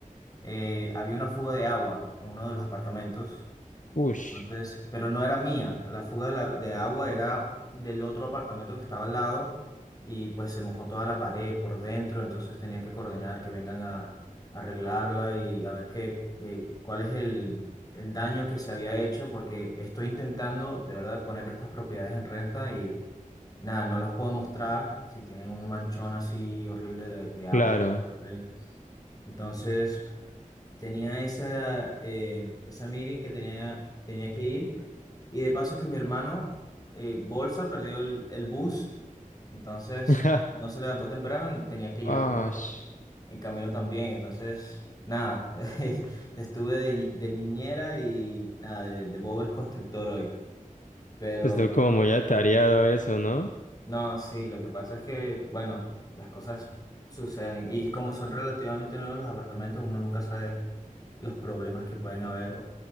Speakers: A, on the left (about 25°); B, on the left (about 65°).
A: eh, había una fuga de agua en uno de los apartamentos
B: Ush.
A: Entonces, pero no era mía, la fuga de, la- de agua era del otro apartamento que estaba al lado y pues se mojó toda la pared por dentro, entonces tenía que coordinar que vengan a, a arreglarla y a ver qué, qué- cuál es el, el daño que se había hecho porque estoy intentando de verdad poner estas propiedades en renta y nada, no las puedo mostrar si tienen un manchón así horrible de, de agua.
B: Claro.
A: ¿vale? Entonces tenía esa, eh, esa meeting que tenía, tenía que ir. Y de paso que mi hermano, eh, Bolsa, perdió el, el bus, entonces
B: <laughs>
A: no se levantó temprano y tenía que llevarlo
B: Ash.
A: en camino también. Entonces, nada, <laughs> estuve de, ni- de niñera y nada, de, de Bob el constructor hoy. Pero
B: Estuvo como muy atareado eso, ¿no?
A: no, sí, lo que pasa es que, bueno, las cosas suceden. Y como son relativamente nuevos los apartamentos, uno nunca sabe los problemas que pueden haber.